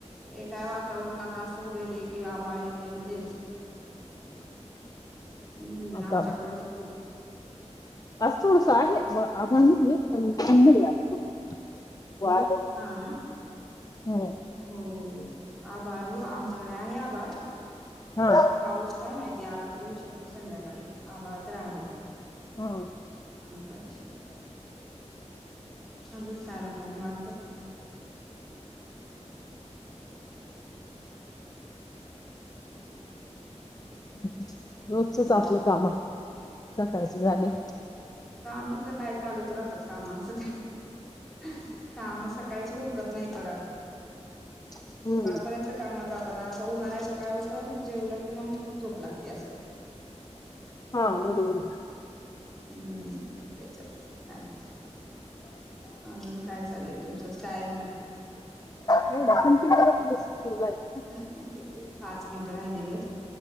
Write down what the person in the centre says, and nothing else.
हे काय वातावरण आता असं व्हायलय कि आभाळ ते मध्येच हूं
आमच्याकड तर खूप
हा ना
हो हो आभाळ हो आमच्याकडे आहे आभाळ
पाऊस काय माहिती आला तर येऊ शकतो संध्याकाळी आभाळ तर आहे.
<unintelligible> अजूनच काय म्हणता निवांत
हम्म
काम त काय चालूच राहतात कमांच काय काम सकाळचची उरकत नाहीत बघा.
दुपारपर्यंत काम जाताना त उन्हाळ्याच काय होत जेवल की मंग झोप लागती असं होतं.
हम् हूं ते चला काय म्हणताय मगं. अजून काय चाललंय तुमचच काय म
धान्यात एक देऊ पाच मिन राहिलेलेत.